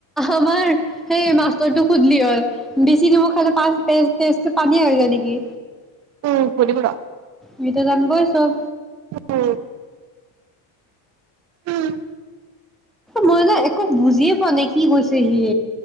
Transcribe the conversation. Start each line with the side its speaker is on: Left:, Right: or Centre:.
Centre: আমাৰ সেই মাষ্টৰটো সুধলি হ'ল, বেছি নিমখ খালে পাছত তেজটো পানীয়া হৈ যায় নেকি।
Right: উম, সুধিম ৰ'।
Centre: সিতো জানিবই চব।
Right: উম। উম।
Centre: মই না একো বুজিয়ে পোৱা নাই কি কৈছে সি